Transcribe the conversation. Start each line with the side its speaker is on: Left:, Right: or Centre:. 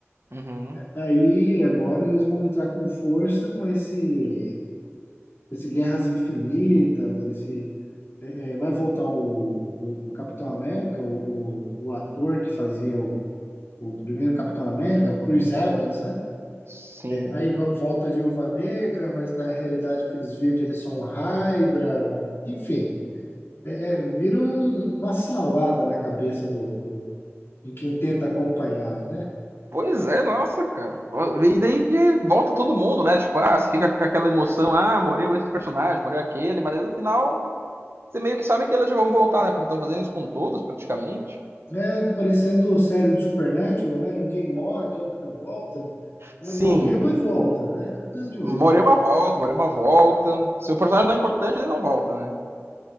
Right: Uhum.
Left: Aí agora eles vão entrar com força com esse, esse Guerras Infinitas, esse é, é, vai voltar o, o, o Capitão América, o, o, o ator que fazia o, o primeiro Capitão América, o Chris Evans, né?
Right: Sim.
Left: Aí vo- volta a Viúva Negra, mas na realidade que eles vivem eles são Hydra, enfim, é, é, vira um- uma salada na cabeça do, do- de quem tenta acompanhar, né?
Right: Pois é, nossa, cara. E daí volta todo mundo, né? Tipo, ah, você fica com aquela emoção, ah, morreu esse personagem, morreu aquele, mas aí no final você meio que sabe que eles já vão voltar, né? Porque estão fazendo isso com todos, praticamente.
Left: É, parecendo série do Supernatural, né? Ninguém morre, todo mundo volta. né?
Right: Sim,
Left: Morreu, mas volta, né? É uma coisa de louco.
Right: morreu uma volta, morreu uma volta. Se o personagem não é importante, ele não volta, né?